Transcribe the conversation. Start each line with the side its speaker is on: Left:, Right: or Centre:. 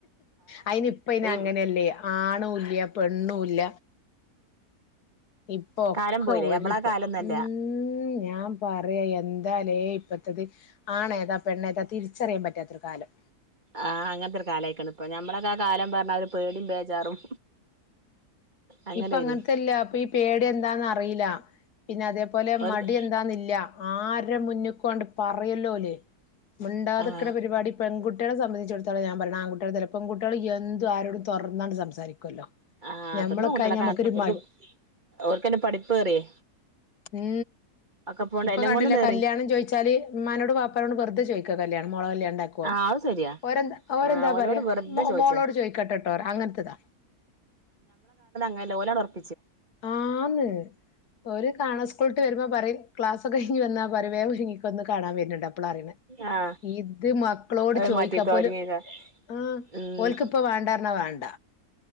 Left: അയിന് ഇപ്പയ്ന്
Right: ഈ
Left: അങ്ങനെയല്ലേ ആണൂല്യ പെണ്ണുല്ല ഇപ്പൊ ഒക്കെ
Right: കാലം പോയില്ലേ
Left: ഒരുപ്പോ
Right: നമ്മളെ കാലൊന്നല്ല
Left: ഉം ഞാൻ പറയാ എ എന്താലേ ഇപ്പത്തത് ആണേതാ പെണ്ണേതാ തിരിച്ചറിയാൻ പറ്റാത്തൊരു കാലം
Right: ആ അങ്ങൻത്തെ ഒരു കാലമായി ക്ക്ണ് ഇപ്പൊ ഞമ്മളൊക്കെ ആ കാലം പറഞ്ഞാല് ഒര് പേടിയും ബേജാറും അങ്ങനെനി
Left: ഇപ്പ അങ്ങനത്തെല്ല അപ്പൊ ഈ പേടി എന്താന്നറീല്ല പിന്നെ അതെ പ്പോലെ
Right: ഓൽക്ക്
Left: മടി എന്താന്നില്ല ആരെ മുന്നിക്കണ്ട് പറയല്ലോലേ മുണ്ടാതക്ക്ണ
Right: ആഹ്
Left: പരിപാടി പെൺകുട്ടി കുട്ടോളെ സംബന്ധിച്ചിത്തോം ഞാൻ പറി ണത്. ആങ്കുട്ട്യേൾ തര പെൺ കുട്ട്യോള് എന്ത് ആരോടും തൊർ ന്നാണ്ട് സംസാരിക്കും. ക്കല്ലോ
Right: ആഹ്
Left: ഞമ്മളൊ
Right: ഇപ്പത്തെ പെൺകുട്ടികളൊക്കെ
Left: ഞ്ഞ നമുക്കരുമ്പാട്
Right: അങ്ങനെ ഓൽക്ക് ഓൽക്കന്നെ പഠിപ്പേറിയേ
Left: ഉ
Right: ഒക്കെപ്പോണ്ട്
Left: ഇപ്പൊ
Right: എല്ലാം
Left: കണ്ടില്ല
Right: കൊണ്ടുണ്ടേറി
Left: കല്യാണം ചോദിച്ചാല് ഉമ്മാനോട് വാപ്പനോട് വെറുതെ ചോദിച്ച ക്ക് കല്ല്യാണം മോളെ കല്ല്യാണം ന്താക്കൊന്ന്
Right: ആഹ് അത് ശരിയാ
Left: ഓരന്താ ഓരന്താ
Right: ആഹ് ഓലോട്
Left: പറയാ
Right: വെറുതെ
Left: മൊ
Right: ചോദിച്ചാ
Left: മോളോട് ചോയ്ക്കട്ടട്ടോ റ്യ അങ്ങനത്തതാ.
Right: <unintelligible> ഓല ഉറ <unintelligible>
Left: ആന്ന് പ്പൊര് കാണാ സ്കൂളിട്ട് വരുമ്പോ പറയും ക്ലാസ് കഴഞ്ഞ് വന്നാപറയും പറവ ങ്ങിക്കൊന്ന് കാണാൻ വരുന്നുണ്ട്. അപ്പളാ അറിണ.
Right: ആഹ്
Left: ഇത് മക്കളോട്
Right: അത്
Left: ചോയിക്കാ
Right: മാറ്റിക്കോ
Left: അപ്പോല്
Right: ഒരുങ്ങിക്ക
Left: ആ
Right: ഉം
Left: ഓല് ഇപ്പ വേണ്ട പറ്ഞ്ഞാ വേണ്ട